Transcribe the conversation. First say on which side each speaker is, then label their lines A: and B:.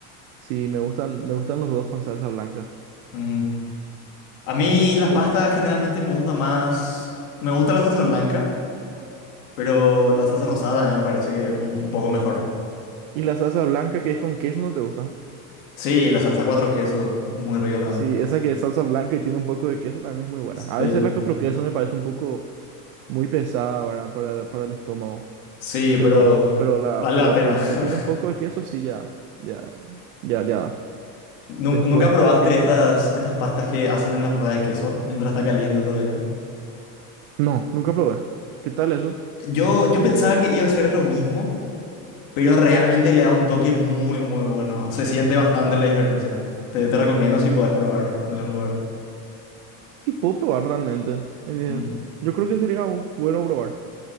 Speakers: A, on the right; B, on the left.
A: sí, me gustan, me gustan los dos con salsa blanca.
B: Mm. A mí
A: Después.
B: las pastas generalmente me gusta más, me gusta la salsa blanca, pero la salsa rosada también me parece que un, un poco mejor.
A: Y la salsa blanca que es con queso no te gusta.
B: Sí, la salsa cuatro quesos, muy rica también.
A: Sí, esa que es salsa blanca y tiene un poco de queso también es muy buena.
B: Sí,
A: A
B: sí,
A: veces la
B: sí.
A: cuatro queso me parece un poco muy pesada, ¿verdad? Para, para el estómago.
B: Sí,
A: Pero,
B: pero
A: pero la,
B: vale
A: pero,
B: la pena.
A: pero cuando
B: <laughs>
A: tiene un poco de queso, sí ya, ya, ya, ya da.
B: Nun-
A: Después,
B: ¿Nunca probaste
A: por ejemplo.
B: estas, estas pastas que hacen en las ruedas de queso mientras está caliente todavía?
A: No, nunca probé. ¿Qué tal eso?
B: Yo, yo pensaba que iba a ser lo mismo, pero realmente le da un toque muy, muy bueno. Se siente bastante la diferencia. Te, te recomiendo si podés probarlo en algún lugar.
A: Y puedo probar realmente. Eh,
B: ¿Mm?
A: yo creo que sería bueno probar.